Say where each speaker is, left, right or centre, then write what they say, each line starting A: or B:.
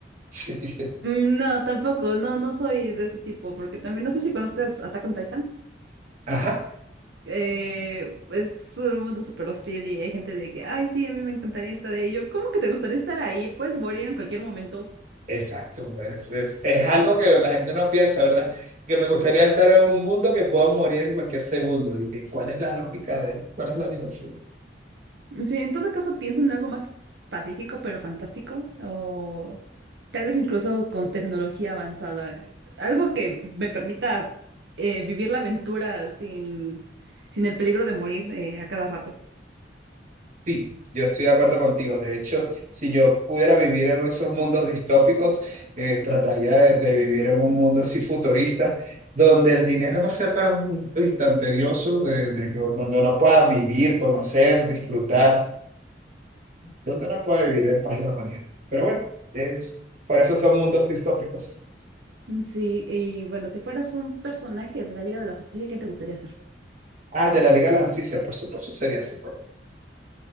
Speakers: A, on the right; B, on the right.
A: <laughs>
B: Mm, No, tampoco, no, no soy de ese tipo, porque también no sé si conozcas Attack on Titan.
A: Ajá,
B: eh, es un mundo súper hostil y hay gente de que, ay, sí, a mí me encantaría estar ahí. Yo, ¿cómo que te gustaría estar ahí? Puedes morir en cualquier momento.
A: exacto. Es, es- es algo que la gente no piensa, ¿verdad? Que me gustaría estar en un mundo que puedo morir en cualquier segundo. ¿Y que, cuál es la lógica de cuál es la diversión?
B: Sí, en todo caso, pienso en algo más pacífico, pero fantástico, o tal vez incluso con tecnología avanzada. Algo que me permita eh, vivir la aventura sin, sin el peligro de morir eh, a cada rato.
A: Sí, yo estoy de acuerdo contigo. De hecho, si yo pudiera vivir en esos mundos distópicos, eh, trataría de, de vivir en un mundo así futurista, donde el dinero no sea tan, uy, tan tedioso, de- de que- donde uno pueda vivir, conocer, disfrutar. donde no pueda vivir en paz y armonía. Pero bueno, es, por eso son mundos distópicos.
B: Sí, y bueno, si fueras un personaje de la Liga de la Justicia, ¿quién te gustaría ser?
A: Ah, de la Liga de la Justicia, por supuesto, sería su problema.